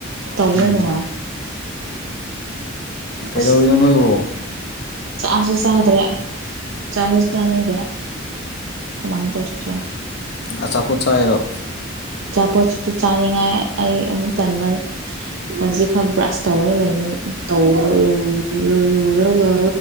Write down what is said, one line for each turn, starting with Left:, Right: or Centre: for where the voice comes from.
Right: ꯇꯧꯕꯗ
Left: ꯎꯝ
Right: ꯅꯨꯡꯉꯥꯏ
Left: ꯀꯩꯗꯧꯔꯤꯅꯣ
Right: ꯑꯁ
Left: ꯅꯣꯏꯕꯣ꯫
Right: ꯆꯥꯁꯨ ꯆꯗ꯭ꯔꯦ ꯆꯁꯨ ꯆꯥꯅꯤꯡꯗꯦ꯫ ꯀꯃꯥꯏꯗ <unintelligible>
Left: ꯑꯆꯥꯄꯨꯠ ꯆꯥꯔꯤꯔꯣ
Right: ꯑꯆꯥꯄꯣꯠꯁꯤꯁꯨ ꯆꯥꯅꯤꯡꯉꯥꯏ ꯑꯩ ꯑꯃꯨꯛ ꯀꯟꯕ ꯍꯧꯖꯤꯛꯈꯛ ꯕ꯭ꯔꯁ ꯇꯧꯔꯒ ꯂꯩꯕ ꯎ <unintelligible> ꯇꯧꯔꯔꯒ